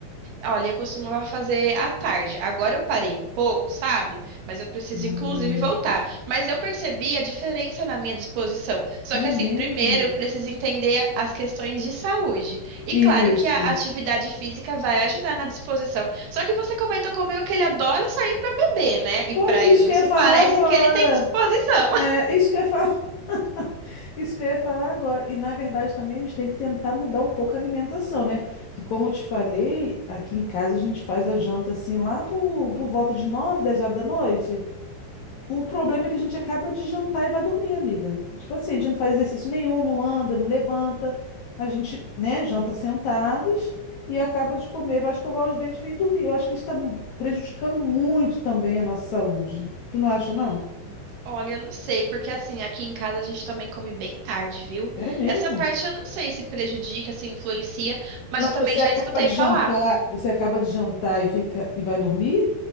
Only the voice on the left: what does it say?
Hum,
é
mesmo?
Isso.
Pô,
isso
que eu ia falar
agora.
É, isso que eu ia falar. Isso que eu ia falar agora. E na verdade também a gente tem que tentar mudar um pouco a alimentação, né? Que como eu te falei, aqui em casa a gente faz a janta assim lá por, por volta de 9 10 horas da noite. O problema é que a gente acaba de jantar e vai dormir, amiga. Tipo assim, a gente não faz exercício nenhum, não anda, não levanta. A gente, né, janta sentados e acaba de comer, vai escovar os dentes e vem dormir. Eu acho que isso está prejudicando muito também a nossa saúde. Tu não acha,
não?
É mesmo?
Mas
você
acaba
de
jantar, você acaba de jantar e fica e vai dormir?